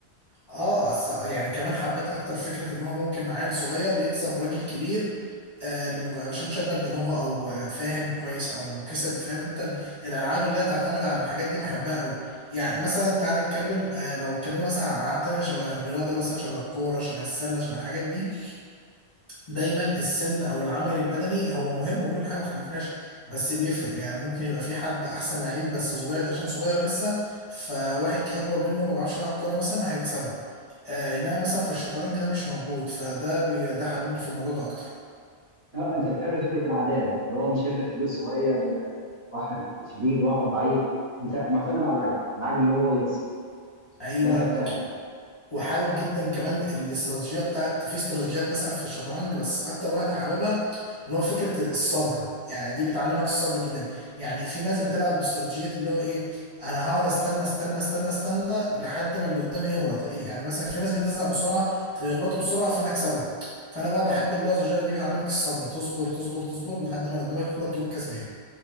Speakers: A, on the left (about 25°); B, on the right (about 30°).
A: اه أص- يعني كمان حبيت اكتر فكره ان هو ممكن عيل صغير يكسب راجل كبير آه، لمج... عشان شغل دماغه او آه، فاهم كويس او كسب فاهم انت ال- الالعاب اللي هي تعتمد على الحاجات دي بحبها قوي يعني مثلا تعال نتكلم آه، لو اتكلمنا مثلا عن العاب تانية شبه الرياضه مثلا شبه الكوره شبه السله شبه الحاجات دي دايما السن او العمل البدني هو مهم وكل حاجه ما اختلفناش بس بيفرق يعني ممكن يبقى في حد احسن لعيب بس صغير عشان صغير لسه فواحد كي اكبر منه ما بيعرفش يلعب كوره مثلا هيكسبه آه انما مثلا في الشطرنج ده مش موجود فده بي... ده حببني في الموضوع ده اكتر
B: اه انت بتحب فكره العداد اللي هو مش هيفرق كبير صغير آه، واحد شديد واحد ضعيف انت معتمد على العجل العجل اللي هو يكسب
A: ايوه
B: ده مبدأك
A: وحابب جدا كمان الاستراتيجيه بتاعت في استراتيجيات مثلا في الشطرنج بس اكتر واحده حاببها اللي هو فكره الصبر يعني دي بتعلمك الصبر جدا يعني في ناس بتلعب باستراتيجيات اللي هو ايه انا هقعد استنى استنى استنى استنى لحد ما اللي قدامي يغلط إيه يعني مثلا في ناس بتزهق بسرعه فيغلطوا بسرعه فانا اكسبه فانا بقى بحب اللي هو الاستراتيجيه دي بتعلمك الصبر تصبر تصبر تصبر لحد ما اللي قدامك يغلط تقوم كسبان